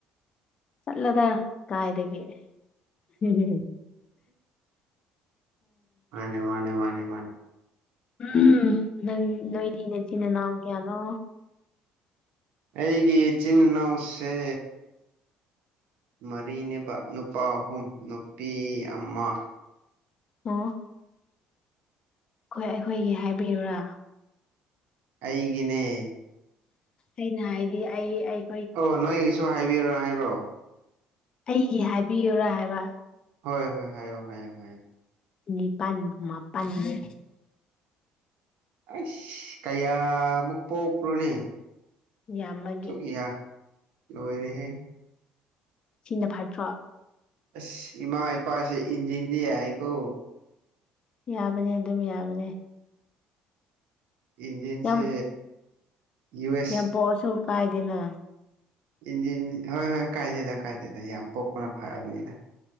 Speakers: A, on the left; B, on the right.
A: ꯆꯠꯂꯣꯗꯥ ꯀꯥꯏꯗꯒꯤ ꯍꯝꯍꯝ
B: ꯃꯥꯅꯦ ꯃꯥꯅꯦ ꯃꯥꯅꯦ ꯃꯥꯅꯦ
A: ꯎꯝ ꯅꯪ ꯅꯣꯏꯗꯤ ꯅꯆꯤꯟ ꯅꯅꯥꯎ ꯀ꯭ꯌꯥꯅꯣ
B: ꯑꯩꯒꯤ ꯏꯆꯤꯟ ꯏꯅꯥꯎꯁꯦ ꯃꯔꯤꯅꯦꯕ ꯅꯨꯄꯥ ꯑꯍꯨꯝ ꯅꯨꯄꯤ ꯑꯃ
A: ꯑꯣ ꯈꯣꯢ ꯑꯩꯈꯣꯏꯒꯤ ꯍꯥꯏꯕꯤꯌꯨꯔꯥ
B: ꯑꯩꯒꯤꯅꯦ
A: ꯑꯩꯅ ꯍꯥꯏꯗꯤ ꯑꯩ ꯑꯩ
B: ꯑꯣ ꯅꯣꯏꯒꯤꯁꯨ ꯍꯥꯏꯕꯤꯌꯨꯔ ꯍꯥꯏꯔꯣ
A: ꯑꯩꯒꯤ ꯍꯥꯏꯕꯤꯌꯨꯔꯥ ꯍꯥꯏꯕ
B: ꯍꯣꯏ ꯍꯣꯏ ꯍꯥꯏꯌꯣ ꯍꯥꯏꯌꯣ ꯍꯥꯏ
A: ꯅꯤꯄꯥꯟ ꯃꯥꯄꯟꯅꯦ
B: ꯑꯩꯁ ꯀꯌꯥꯃꯨꯛ ꯄꯣꯛꯄ꯭ꯔꯣꯅꯦ
A: ꯌꯥꯝꯕꯒꯤ
B: ꯁꯨꯛ ꯌꯥ ꯂꯣꯏꯔꯦꯍꯦ
A: ꯁꯤꯅ ꯐꯠꯇ꯭ꯔꯣ
B: ꯑꯁ ꯏꯃꯥ ꯏꯄꯥꯁꯦ ꯏꯟꯖꯤꯟꯗꯤ ꯌꯥꯏꯌꯦꯀꯣ
A: ꯌꯥꯕꯅꯦ ꯑꯗꯨꯝ ꯌꯥꯕꯅꯦ
B: ꯏꯟꯖꯤꯟꯁꯦ
A: ꯌꯥꯝ
B: ꯌꯨ ꯑꯦꯁ
A: ꯌꯥꯝ ꯄꯣꯑꯁꯨ ꯀꯥꯏꯗꯦꯅ
B: ꯏꯟꯖꯤꯟ ꯍꯣꯏ ꯍꯣꯏ ꯀꯥꯏꯗꯦꯗ ꯀꯥꯏꯗꯦꯗ ꯌꯥꯝ ꯄꯣꯛꯄꯅ ꯐꯔꯕꯅꯤꯗꯥ